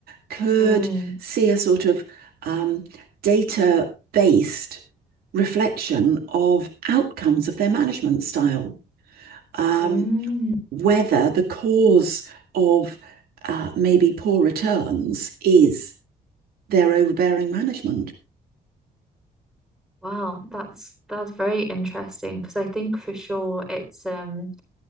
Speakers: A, on the right; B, in the centre.
A: could
B: Mm,
A: see a sort of um, data based reflection of outcomes of their management style. Um,
B: mm.
A: whether the cause of uh, maybe poor returns is their overbearing management.
B: Wow, that's that's very interesting because I think for sure it's um